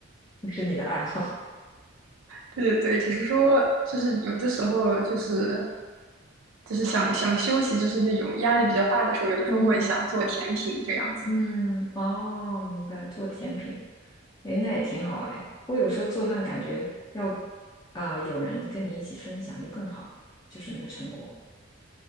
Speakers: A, on the left; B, on the right.
A: 不是你的爱好。
B: 对对对，只是说就是有的时候就是就是想想休息，就是那种压力比较大的时候，有的时候会想做甜品这样子。
A: 嗯嗯，哦，明白，做甜品，诶，那也挺好诶。我有时候做饭感觉要啊、有人跟你一起分享就更好，就是那个成果。